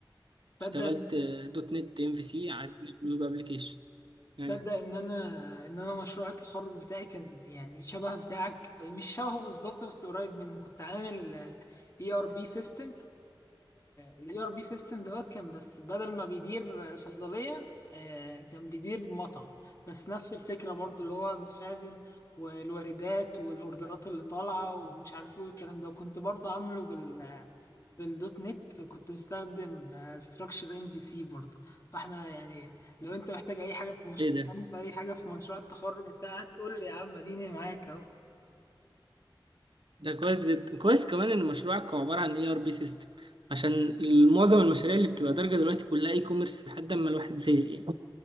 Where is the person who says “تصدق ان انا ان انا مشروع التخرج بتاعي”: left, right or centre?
Left